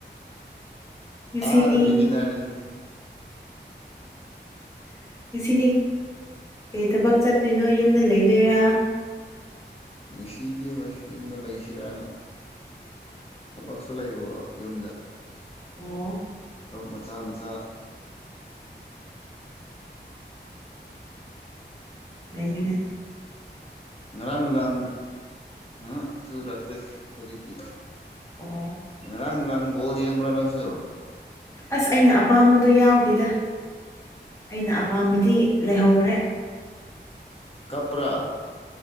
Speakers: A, on the left (about 15°); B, on the left (about 30°).
A: ꯉꯁꯤꯗꯤ
B: ꯑ ꯑꯗꯨꯗꯨꯒꯤ ꯅꯥꯗꯅꯤ
A: <inaudible> ꯉꯁꯤꯗꯤ ꯀꯩ ꯊꯕꯛ ꯆꯠꯇꯣꯏꯅꯣ ꯌꯨꯝꯗ ꯂꯩꯗꯣꯏꯔꯥ
B: ꯉꯁꯤꯗꯤ ꯍꯣꯏ ꯌꯨꯝꯗ ꯂꯩꯁꯤꯔꯅ ꯊꯕꯛꯁꯨ ꯂꯩꯕꯀꯣ ꯌꯨꯝꯗ
A: ꯑꯣ
B: ꯁꯣ ꯃꯆꯥ ꯃꯆꯥ
A: ꯑꯩꯅꯦ
B: ꯉꯔꯥꯡꯔꯥꯡ ꯑ ꯆꯨꯥꯛꯇ ꯍꯧꯖꯤꯗꯤ
A: ꯑꯣ
B: ꯔꯪ ꯔꯪ ꯣꯜ ꯌꯦꯡꯕ ꯂꯪꯁꯨ
A: ꯑꯁ ꯑꯩꯅ ꯑꯄꯥꯝꯕꯗꯣ ꯌꯥꯎꯗꯦꯗ ꯑꯩꯅ ꯑꯄꯥꯝꯕꯗꯤ ꯂꯩꯍꯧꯈ꯭ꯔꯦ
B: ꯀꯄ꯭ꯔ